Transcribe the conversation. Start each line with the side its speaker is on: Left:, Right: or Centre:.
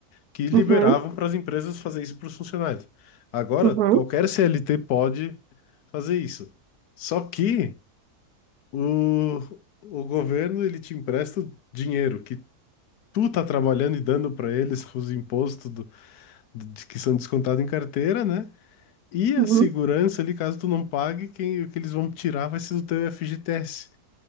Left: que liberavam
Right: Uhum,
Left: para as empresas fazer isso para os funcionários. Agora,
Right: uhum,
Left: qualquer CLT pode fazer isso. Só que o, o governo ele te empresta o dinheiro que tu tá trabalhando e dando para eles os impostos do- do- que são descontados em carteira, né? E a
Right: uhum.
Left: segurança ali, caso tu não pague, quem, o que eles vão tirar vai ser do teu FGTS.